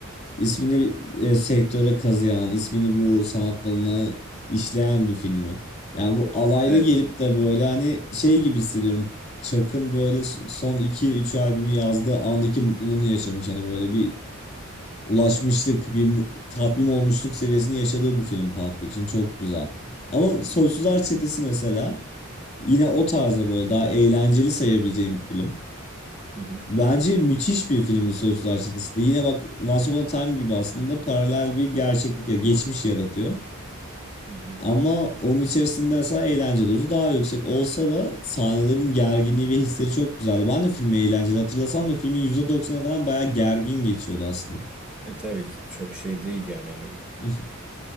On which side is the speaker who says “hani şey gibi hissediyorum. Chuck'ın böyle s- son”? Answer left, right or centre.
Left